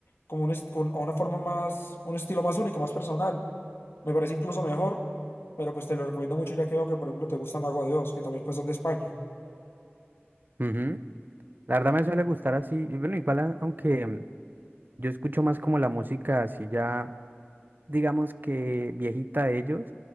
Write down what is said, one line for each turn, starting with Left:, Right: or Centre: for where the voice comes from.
Left: como un est- un- una forma más, un estilo más único, más personal. Me parece incluso mejor, pero pues te lo recomiendo mucho ya que veo que, por ejemplo, te gusta Mago de Oz, que también pues son de España.
Right: ujú. La verdad me suele gustar así, y bueno, igual a- aunque mm, yo escucho más como la música así ya, digamos que viejita de ellos,